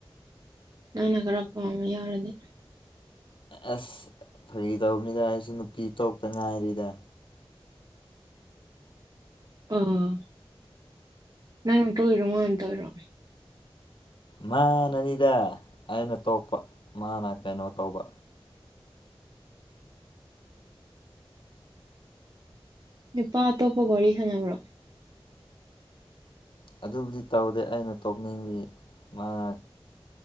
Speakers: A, on the right (about 45°); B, on the left (about 60°).
A: ꯅꯪꯅ ꯈꯔ ꯄꯦꯝꯕ ꯌꯥꯎꯔꯗꯤ
B: ꯑꯁ ꯐꯩ ꯇꯧꯕꯅꯤꯗ ꯑꯩꯁꯨ ꯅꯨꯄꯤ ꯇꯣꯛꯇ ꯉꯥꯏꯔꯤꯗ
A: ꯑꯥ ꯅꯪꯅꯇ ꯑꯣꯏꯔꯣꯃꯣꯟꯇ ꯑꯣꯏꯔꯣ
B: ꯃꯥꯅꯅꯤꯗ ꯑꯩꯅ ꯇꯣꯛꯄ ꯃꯥꯅ ꯀꯩꯅꯣ ꯇꯧꯕ
A: ꯅꯨꯄꯥ ꯑꯇꯣꯞꯄꯒꯔꯤ ꯈꯅꯕ꯭ꯔꯣ
B: ꯑꯗꯨꯕꯨꯗꯤ ꯇꯧꯗꯦ ꯑꯩꯅ ꯇꯣꯛꯅꯤꯡꯕꯤ ꯃꯥꯅ